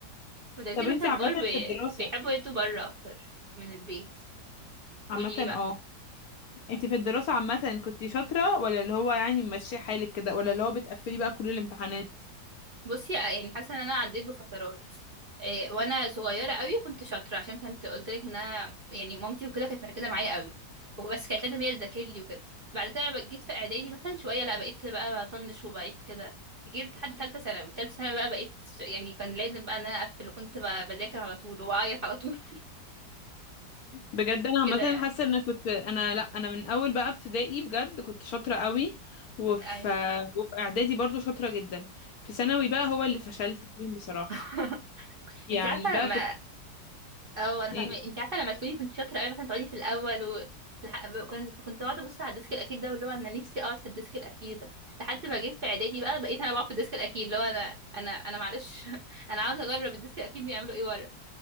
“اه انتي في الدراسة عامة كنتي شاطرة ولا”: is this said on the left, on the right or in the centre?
Left